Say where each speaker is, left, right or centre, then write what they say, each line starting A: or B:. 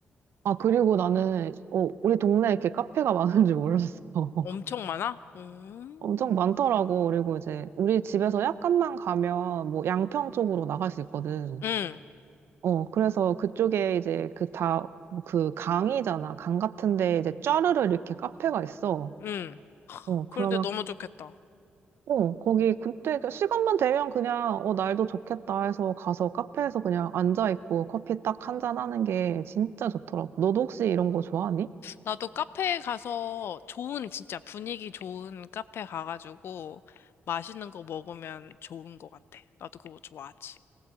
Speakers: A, on the right; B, on the left.
A: 아, 그리고 나는, 어, 우리 동네에 이렇게 카페가 <laughs> 많은 줄 몰랐어. <laughs>
B: 엄청 많아? 음,
A: 엄청 많더라고. 그리고 이제 우리 집에서 약간만 가면 뭐 양평 쪽으로 나갈 수 있거든.
B: 응,
A: 어, 그래서 그쪽에 이제 그 다, 뭐그 강이잖아. 강 같은데 이제 쫘르르 이렇게 카페가 있어.
B: 응.
A: 어, 그러면
B: 그런데 너무 좋겠다.
A: 어, 거기 그때 그 시간만 되면 그냥 어, 날도 좋겠다 해서 가서 카페에서 그냥 앉아 있고 커피 딱 한잔 하는 게 진짜 좋더라고. 너도 혹시 이런 거 좋아하니?
B: 나도 카페에 가서 좋은, 진짜 분위기 좋은 카페 가가지고 맛있는 거 먹으면 좋은 것 같아. 나도 그거 좋아하지.